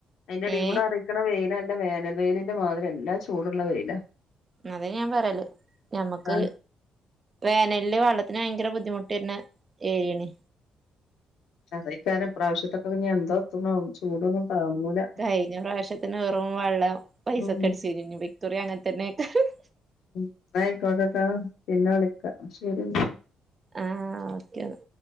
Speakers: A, on the left (about 80°); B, on the right (about 35°).
A: അയ്ന്റെടീകൂടെ
B: ഏ
A: ആര ക്ക്ണ വെയിലല്ല വേനൽ വെയിലിന്റെ മാതിരി ല്ലാ ചൂടുള്ള വെയില
B: അതെ ഞാൻ പറയല് ഞമ്മക്ക്
A: ആ
B: വേനല്ല് വെള്ളത്തിന് ഭയങ്കര ബുദ്ധിമുട്ടെര്ണ ഏര്യേണ്
A: അതെയ്കാരം ഇപ്രാവശ്യത്തൊക്കെ പിന്നെ എന്താതുന്നൊ ചൂടൊന്നും താങ്ങൂല
B: കഴിഞ്ഞ പ്രാവശ്യത്തിന് വെറും വള്ളം പൈസക്കട്ചീനി
A: ഉം
B: ഇഞ്ഞിപ്പോ ഇക്കുറി അങ്ങൻ തന്നെകാരം
A: ന്നായിക്കോട്ടട്ടാ പിന്നെ വിളിക്ക ശരിന്നാ
B: ആഹ് ഓക്കേ ന്നാ